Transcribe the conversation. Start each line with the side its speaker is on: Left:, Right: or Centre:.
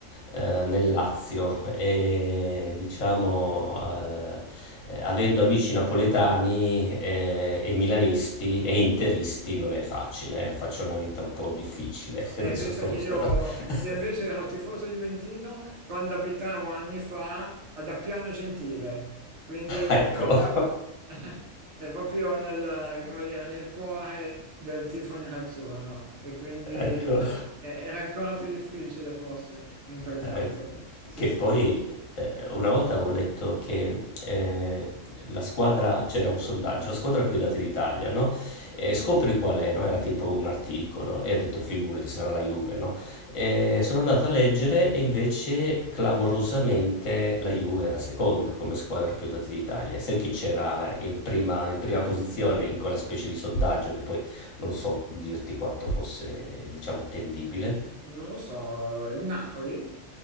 Left: eh, nel Lazio e diciamo eh, eh, avendo amici napoletani eh, e milanisti e interisti non è facile, eh, faccio una vita un po' difficile. <laughs>
Right: Eh,
Left: Adesso
Right: pensa
Left: sto,
Right: che io,
Left: sto... <laughs>
Right: io invece ero tifoso juventino quando abitavo anni fa ad Appiano Gentile, quindi è
Left: Ecco.
Right: proprio,
Left: <laughs>
Right: <laughs> è proprio nel, come dire, nel cuore del tifo nerazzurro e quindi eh,
Left: Ecco.
Right: era ancora più difficile forse in quel caso.
Left: Eh,
Right: Sì,
Left: che
Right: sì,
Left: poi eh, una volta avevo letto che eh, la squadra, c'era un sondaggio, la squadra più data d'Italia, no? E scopri qual è, no? Era tipo un articolo e ho detto figurati, sarà la Juve, no? E sono andato a leggere e invece clamorosamente la Juve era seconda come squadra più data d'Italia. E Sai chi c'era in prima, in prima posizione in quella specie di sondaggio che poi non so dirti quanto fosse, diciamo, attendibile?
Right: non lo so, il Napoli?